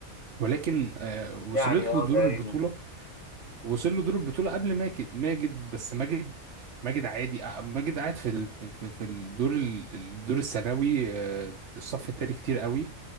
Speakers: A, on the right; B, on the left.
A: ولكن اه، وصلت
B: يعني اه
A: له دور
B: تقريبا
A: البطولة وصل له دور البطولة قبل ماجد ماجد بس ماجد ماجد عادي آه، ماجد قاعد في ال... في في- في الدور ال- الدور الثانوي آه، الصف التاني كتير قوي